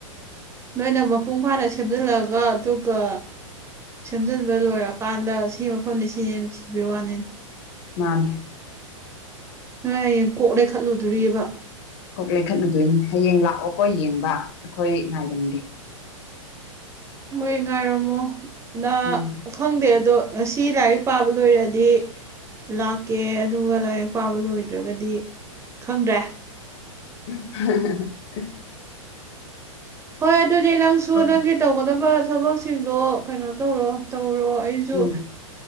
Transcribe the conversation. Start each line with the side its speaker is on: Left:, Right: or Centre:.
Right: ꯅꯣꯏꯅ ꯃꯄꯨꯡ ꯐꯥꯅ ꯁꯦꯝꯖꯤꯜꯂꯒ ꯑꯗꯨꯒ꯫ ꯁꯦꯝꯖꯤꯟꯕ ꯂꯣꯏꯔꯀꯥꯟꯗ ꯁꯤ ꯃꯐꯝꯅꯤ ꯁꯤꯅꯦ ꯁꯤꯕ ꯋꯥꯅꯤ꯫
Left: ꯃꯥꯅꯤ꯫
Right: ꯅꯣꯏ ꯍꯌꯦꯡ ꯀꯣꯛꯂꯦ ꯈꯠꯂꯨꯗꯣꯔꯤꯑꯕ꫰꫰
Left: ꯀꯣꯛ ꯂꯩꯈꯠꯂꯨꯗꯣꯏꯅꯤ ꯍꯌꯦꯡ ꯂꯥꯛꯑꯣꯀꯣ ꯌꯦꯡꯕ ꯑꯩꯈꯣꯏ ꯉꯥꯏꯔꯝꯒꯦ꯫
Right: ꯍꯣꯏ ꯉꯥꯏꯔꯝꯃꯣ ꯂ
Left: ꯎꯝ
Right: ꯈꯪꯗꯦ ꯑꯗꯣ ꯉꯁꯤ ꯂꯥꯏꯔꯤꯛ ꯄꯥꯕ ꯂꯣꯏꯔꯗꯤ꯫ ꯂꯥꯛꯀꯦ ꯑꯗꯨꯒ ꯂꯥꯏꯔꯤꯛ ꯄꯥꯕ ꯂꯣꯏꯗ꯭ꯔꯒꯗꯤ ꯈꯪꯗ꯭ꯔꯦ꯫
Left: <unintelligible>
Right: ꯍꯣꯏ ꯑꯗꯨꯗꯤ ꯅꯪꯁꯨ
Left: ꯍꯣꯏ
Right: ꯅꯪꯒꯤ ꯇꯧꯒꯗꯕ ꯊꯕꯛꯁꯤꯡꯗꯣ ꯀꯩꯅꯣ ꯇꯧꯔꯣ ꯇꯧꯔꯣ꯫ ꯑꯩꯁꯨ
Left: ꯎꯝ